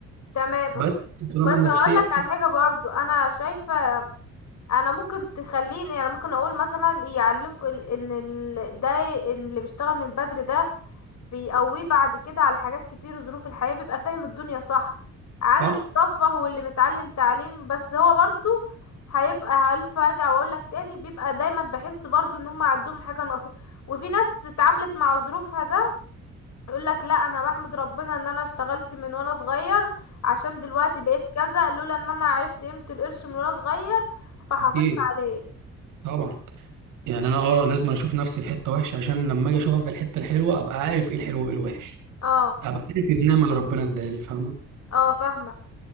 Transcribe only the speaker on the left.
تمام
بس
هقول لك على حاجة برضو انا شايفة انا ممكن تخليني يعني ممكن اقول مثلا يعلمكم ال- ان ال- ده إن اللي بيشتغل من بدري ده بيقويه بعد كده على حاجات كتير ظروف الحياة بيبقى فاهم الدنيا صح عن
المرفه واللي متعلم تعليم بس هو برضو هيبقى عارف ارجع واقولك تاني بيبقى دايما بحس برضو ان هم عندهم حاجة ناقصة وفي ناس اتعاملت مع ظروفها ده يقولك لا انا بحمد ربنا ان انا اشتغلت من وانا صغير عشان دلوقتي بقيت كذا لولا ان انا عرفت قيمة القرش من وانا صغير فحافظت
عليه
اه
اه فاهمة